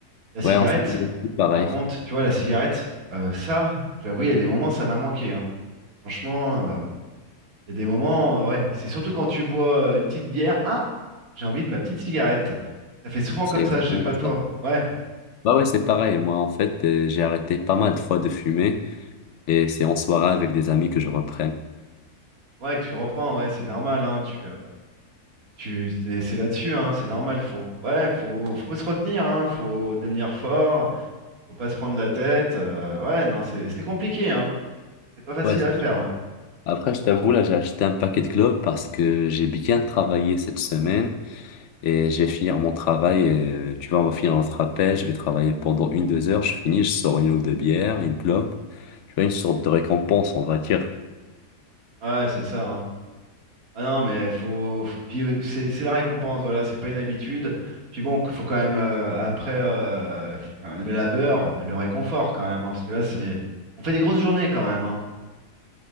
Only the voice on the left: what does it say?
Ouais, en fait, moi aussi, pareil.
C'est
exactement
ça.
Bah ouais, c'est pareil. Moi, en fait, euh, j'ai arrêté pas mal de fois de fumer et c'est en soirée avec des amis que je reprenne.
Ouais, c'est
sûr.
Après, je t'avoue, là, j'ai acheté un paquet de clopes parce que j'ai bien travaillé cette semaine et je vais finir mon travail. euh, tu vois, on va finir notre appel. Je vais travailler pendant une, deux heures. Je finis, je sors une ou deux bières, une clope. Tu vois, une sorte de récompense, on va dire.